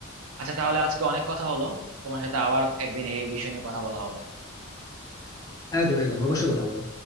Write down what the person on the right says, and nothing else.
আচ্ছা তাহলে আজকে অনেক কথা হলো তোমার সাথে আবার একদিন এই বিষয় নিয়ে কথা বলা হবে